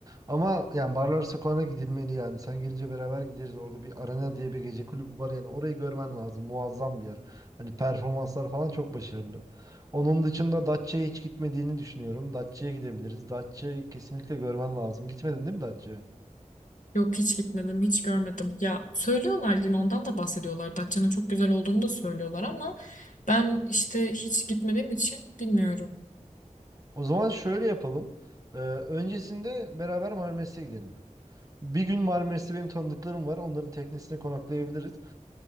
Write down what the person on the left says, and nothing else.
Yok hiç gitmedim, hiç görmedim. Ya söylüyorlar yine ondan da bahsediyorlar. Datça'nın çok güzel olduğunu da söylüyorlar ama ben işte hiç gitmediğim için bilmiyorum.